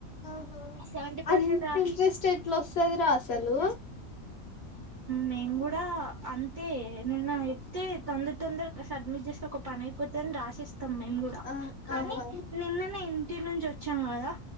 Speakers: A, on the left (about 55°); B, on the right (about 45°).
A: ఆహా
B: సెవెంటీ
A: అంత
B: పర్సెంట్ రా
A: ఇంట్రెస్ట్ ఎట్లా వస్తదిరా అసలు
B: మేం గూడా అంతే నిన్న ఎప్తే తొందర తొందర సడ్మిట్ చేస్తే ఒక పని అయిపోత అని రాసేస్త తం మేము గూడా
A: ఆ
B: కానీ
A: ఆహా
B: నిన్న టీ నుంచి ఒచ్చాం గదా